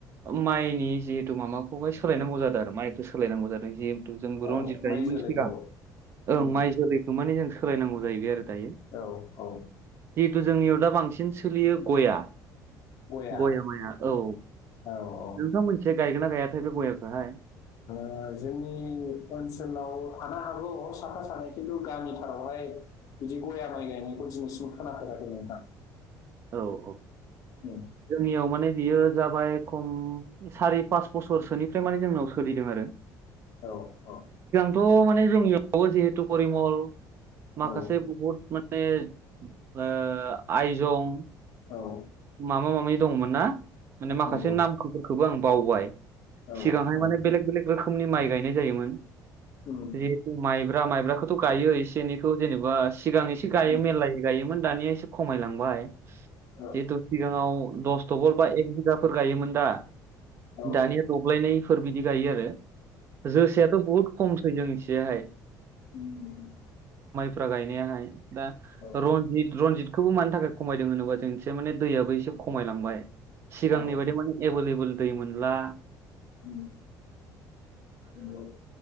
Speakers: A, on the right (about 35°); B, on the left (about 50°).
A: माइनि जिहेतु माबाखौाय सोलायनांगौ जादों आरो माइखौ सोलायनांगौ जादों जिहेतु जोंबो
B: औ
A: रनजित गायोमोन
B: माइ जोलैखौ
A: सिगां ओं
B: उम
A: माइ जोलैखौ माने जों सोलायनांगौ जाहैबाय आरो दायो
B: औ औ
A: जिहेथु जोंनियाव दा बांसिन सोलियो गया
B: गया
A: गयामाया औ
B: औ औ
A: नोंथां मोनसे गायगोना गायाथाय बे गयाखोहाय
B: ओ जोंनि ओनसोलाव थानो हागौ साफा सानै खिन्थु गामिथारावहाय बिदि गया माइ गायनायखौ दिनैसिम खोनफेराखै नोंथां
A: औ औ
B: उम
A: जोंनियाव माने बियो जाबाय खम सारि पास बोसोरसोनिफ्राय माने जोंनाव सोलिदों आरो
B: औ औ।
A: खौ माने जों जिहेतु फरिमल माखासे
B: औ
A: बहुद माने ओ आयजं
B: औ
A: माबा मामि दंमोन ना माने माखासे
B: नंगौ
A: नामफोर बे खौबो आं बावबाय
B: औ
A: सिगांहाय
B: औ
A: माने बेलेग बेलेग रोखोमनि माइ गायनाय जायोमोन
B: उम
A: जिहेथु माइब्रा माइब्राखौथ' गायो एसे एनैखौ जेनेबा सिगां एसे गायो
B: उम
A: मेरलायै गायोमोन मोन दानिया एसे खमायलांबाय।
B: औ
A: जिहेथु सिगाङाव दस थहल बा एक बिगाफोर गायोमोन दा।
B: औ
A: दानिया दब्लायनैफोर बिदि गायो आरो। जोसायाथ' बुहुद खमसै जोंनिथिजायहाय।
B: उम
A: फ्रा गायनायाहाय दा
B: औ
A: रनजित रनजितखौबो मानि थाखाय खमायदों होनोबा जोंनिथि एसे माने दैयाबो एसे खमायलांबाय सिगांनि
B: औ
A: बायदि माने एभेलेबोल दै मोनला।
B: उम नंगौ